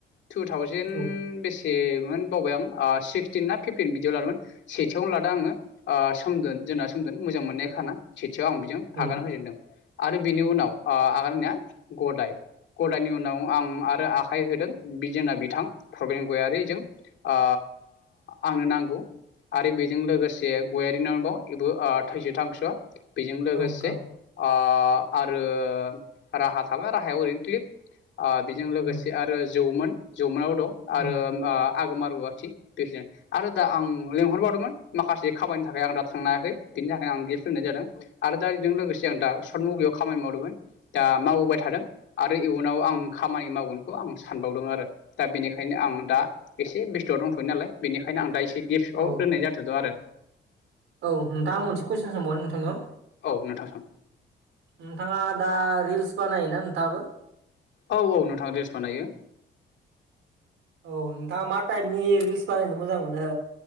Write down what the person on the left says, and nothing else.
टु थावजेेन
बेसे से मोन बावबाय आं सिक्सटिन ना फिफटिन बिदियाव लादोंमोन सेथियावनो लादों आङो सोमदोन जोंना सोमदोन मोजां मोननाया खाना खाथियाव आं बेजों
आगान होजेनदों आरो बिनि उनाव अ आगान होनाया गदाय गदानि उनाव आं आरो आखाइ होदों बिजोंना बिथां प्रबिन गयारिजों आ आंनो नांगौ आरो बेजों लोगोसे गयारि नबाव बेबो आ थैस थांस' बेजों लोगोसे
आ आ आरो राहा थाबाय राहाया ओरैनो क्लिप आ बेजों लोगोसे
आरो जौमोन जौमोनाव दं आरो
आ आगोमा रुवाथि बेख आरो दा आं लिंहरबावदोंमोन माखासे खामानिानि थाखाय आं दा थांनो हायाखै बिनि थाखायनो नाय जादों आरो दा बेजों लोगोसे आं दा सशर्ट मुभियाव खामानि मावदोंमोन दा मावबोबाय थादों आरो इयुनाव आं खामानि मावगोन खौ आं सानबावदों आरो दा बेनिखायनो आं दा एसे बेस्थुआव दंथ'ययो नालाय बेनिखायनो आं दा एसे गिफ्टआव
दोननाय जाथ'दों आरो
औ नोंथां
औ औ नोंथां रिल्स बानायो